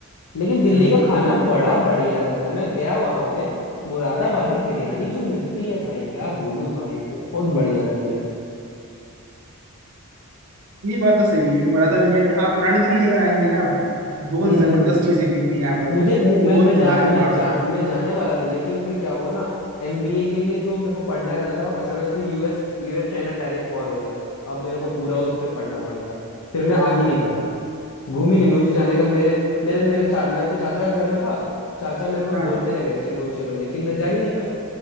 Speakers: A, on the left; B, on the right.
A: लेकिन दिल्ली
B: यहाँ
A: का
B: पे
A: खाना
B: बहुत
A: बड़ा बढ़िया रहता है मैं गया वहां पे मुरादाबादी बिरयानी जो मिलती है भाई क्या बोलूं भाई बहुत बढ़िया रहती है
B: ये बात तो सही है मुरादा बिरयानी आप पुरानी दिल्ली अगर आएंगे ना बहुत
A: हम्म
B: जबरदस्त चीजें मिलती हैं यहाँ पर
A: मुझे मु-
B: बहुत
A: मैं मैं जा,
B: लाजवाब
A: मैं जा, मैं जाने वाला था लेकिन फिर क्या हुआ ना एमबीए के लिए जो मेरे को पढ़ना रहता था अचानक से US US China tariff war हो गया अब मेरे को पूरा उस पर पढ़ना पड़ गया फिर मैं आ ही नहीं पाया घूमी नहीं मुझे जाने का मेरे मेरे मेरे चा, मैं अपने चाचा के घर में था चाचा मेरे को
B: हाँ
A: बोलते
B: हाँ
A: रह गए चलो चलो लेकिन मैं जा ही नहीं पाया